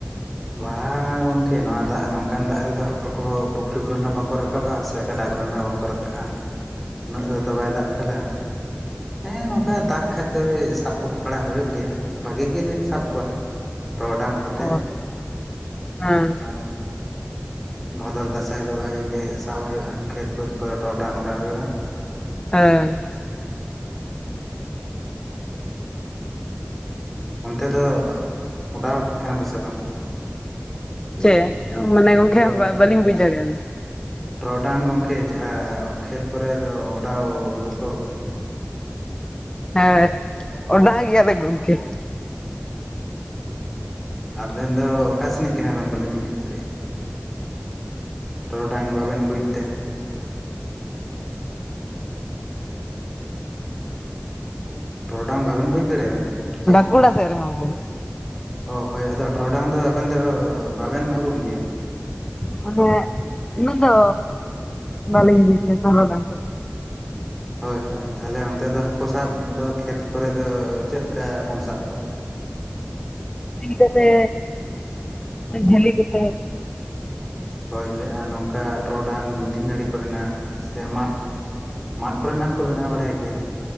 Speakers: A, in the centre; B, on the left.
A: ᱵᱟᱝᱟ ᱜᱚᱝᱠᱮ ᱱᱚᱣᱟ ᱫᱟᱜ ᱱᱚᱝᱠᱟᱱ ᱫᱟᱜ ᱨᱮᱫᱚ ᱦᱟᱹᱠᱩ ᱠᱚᱦᱚᱸ ᱯᱩᱠᱷᱨᱤ ᱠᱚᱨᱮᱱ ᱦᱚᱸ ᱵᱟᱝᱠᱚ ᱨᱟᱠᱟᱵᱼᱟ ᱥᱮ ᱠᱟᱰᱟ ᱠᱚᱨᱮᱱ ᱦᱚᱸ ᱵᱟᱝᱠᱚ ᱨᱟᱠᱟᱵᱼᱟ
B: <unintelligible>
A: ᱩᱱᱟᱹᱜ ᱫᱚ ᱛᱚ ᱵᱟᱭ ᱫᱟᱜ ᱟᱠᱟᱫᱟ ᱦᱮᱸ ᱱᱚᱝᱠᱟ ᱫᱟᱜᱽ ᱠᱷᱟᱡ ᱫᱚ ᱥᱟᱵ ᱵᱟᱲᱟ ᱦᱩᱭᱩᱜ ᱜᱮᱭᱟ ᱵᱷᱟᱹᱜᱤ ᱜᱮᱞᱮ ᱥᱟᱵ ᱠᱚᱣᱟ ᱴᱚᱨᱚᱰᱟᱝ ᱠᱚᱛᱮ
B: ᱚ ᱦᱮᱸ
A: ᱦᱩᱸ ᱵᱷᱟᱫᱚᱨ ᱫᱟᱥᱟᱸᱟᱭ ᱫᱚ ᱵᱷᱟᱜᱤ ᱜᱮ ᱥᱟᱵ ᱦᱩᱭᱩᱜᱼᱟ ᱠᱷᱮᱛ ᱵᱟᱹᱫᱽ ᱠᱚᱨᱮ ᱴᱚᱨᱚᱜᱰᱟᱝ ᱚᱰᱟᱣ ᱦᱩᱭᱩᱜᱼᱟ
B: ᱦᱮᱸ
A: ᱚᱱᱛᱮ ᱫᱚ ᱚᱰᱟᱣ ᱯᱮ ᱛᱟᱦᱮᱱᱟ ᱥᱮ ᱵᱟᱝ
B: ᱪᱮ ᱢᱟᱱᱮ ᱜᱚᱝᱠᱮ
A: ᱴᱚᱨᱚᱰ
B: ᱵᱟᱹᱞᱤᱧ ᱵᱩᱡ ᱫᱟᱲᱮᱭᱟᱜᱼᱟ
A: ᱴᱚᱨᱚᱰᱟᱝ ᱜᱚᱢᱠᱮ ᱡᱟᱦᱟᱸ ᱠᱷᱮᱛ ᱠᱚᱨᱮ ᱫᱚ ᱚᱰᱟᱣ ᱫᱚᱠᱚ
B: ᱦᱮᱸ ᱚᱰᱟᱣ ᱜᱮᱭᱟᱞᱮ ᱜᱚᱢᱠᱮ
A: ᱟᱵᱤᱱ ᱫᱚ ᱚᱠᱟ ᱥᱮᱱᱤᱡ ᱠᱟᱱᱟᱵᱤᱱ ᱵᱟᱹᱞᱤᱧ ᱵᱩᱡᱽ ᱫᱟᱲᱮᱭᱟᱜ ᱠᱟᱱᱟ ᱴᱚᱨᱚᱰᱟᱝ ᱵᱟᱵᱮᱱ ᱵᱩᱡᱽ ᱫᱟ ᱴᱚᱨᱚᱰᱟᱝ ᱵᱟᱵᱮᱱ ᱵᱩᱡᱽ ᱫᱟᱲᱮᱭᱟᱜ ᱠᱟᱱᱟ ᱪᱮᱫ
B: <unintelligible>
A: ᱚ ᱦᱳᱭ ᱟᱫᱚ ᱴᱚᱨᱰᱟᱝ ᱫᱚ ᱟᱵᱮᱱ ᱫᱚ ᱵᱟᱵᱮᱱ ᱩᱨᱩᱢ ᱜᱮᱭᱟ
B: ᱦᱟᱱᱮ ᱩᱱᱟᱹᱜ ᱫᱚ ᱵᱟᱹᱞᱤᱧ ᱵᱩᱡᱟ ᱴᱚᱨᱚᱰᱟᱝ ᱫᱚ
A: ᱦᱳᱭ ᱦᱳᱭ ᱛᱟᱦᱚᱞᱮ ᱚᱱᱛᱮ ᱫᱚ ᱦᱟᱹᱠᱩ ᱥᱟᱵ ᱫᱚ ᱠᱷᱮᱛ ᱠᱚᱨᱮ ᱫᱚ ᱪᱮᱫ ᱞᱮᱠᱟ ᱵᱚᱱ ᱥᱟᱵ ᱠᱚᱣᱟ
B: ᱛᱤ ᱠᱚᱛᱮ ᱡᱷᱟᱹᱞᱤ ᱠᱟᱛᱮ
A: ᱦᱳᱭ ᱦᱳᱭ ᱟᱨ ᱱᱚᱝᱠᱟ ᱴᱚᱨᱚᱰᱟᱝ ᱫᱩᱫᱷᱤ ᱱᱟᱹᱲᱤ ᱠᱚᱨᱮᱱᱟᱜ ᱥᱮ ᱢᱟᱜ ᱢᱟᱫ ᱠᱚᱨᱮᱱᱟᱜ ᱦᱚᱸᱠᱚ ᱵᱮᱱᱟᱣ ᱵᱟᱲᱟᱭ ᱜᱮᱭᱟ